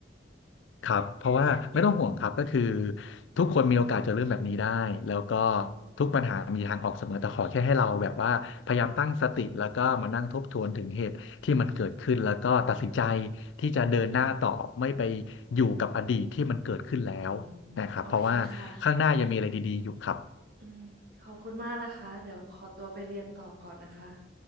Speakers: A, on the left (about 85°); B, on the right (about 60°).
A: ครับเพราะว่าไม่ต้องห่วงครับก็คือทุกคนมีโอกาสจะเริ่มแบบนี้ได้แล้วก็
B: อืม
A: ทุกปัญหามีทางออกเสมอแต่ขอแค่ให้เราแบบว่าพยายามตั้งสติแล้วก็มานั่งทบทวนถึงเหตุที่มันเกิดขึ้นแล้วก็ตัดสินใจที่จะเดินหน้าต่อไม่ไปอยู่กับอดีตที่มันเกิดขึ้นแล้วนะครับเพราะว่าข้างหน้ายังมีอะไรดีๆอยู่ครับ
B: อืมโอเคค่ะอืมขอบคุณมากนะคะเดี๋ยวขอตัวไปเรียนต่อก่อนนะคะ